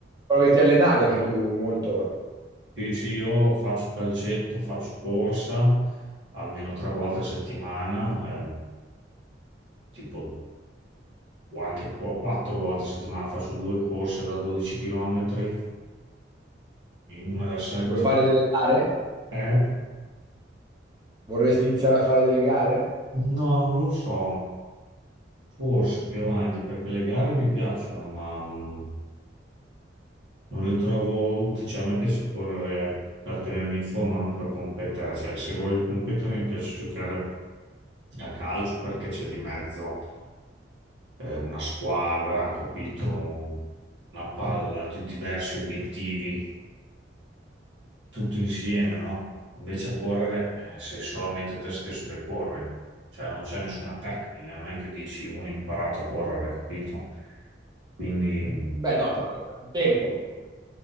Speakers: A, on the right; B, on the right.
A: Però che ti allenavi anche tu molto.
B: sì, sì, io faccio calcetto, faccio corsa almeno tre volte a settimana, ehm, tipo o anche qu- quattro volte a settimana faccio due corse da 12 km, una da 7,
A: Vuoi fare delle gare?
B: eh?
A: Vorresti iniziare a fare delle gare?
B: No, non lo so. Forse più avanti, perché le gare mi piacciono, ma mh, non le trovo utili. Cioè, a me piace correre per tenermi in forma, non per competere. Cioè, se voglio competere, mi piace giocare a calcio perché c'è di mezzo eh, una squadra, capito? Una palla, di diversi obiettivi. tutto insieme, no? Invece a correre eh, sei solamente te stesso che corri, cioè non c'è nessuna tecnica, non è che dici uno ha imparato a correre, capito? Quindi mh,
A: Beh, no, però non hai tempo.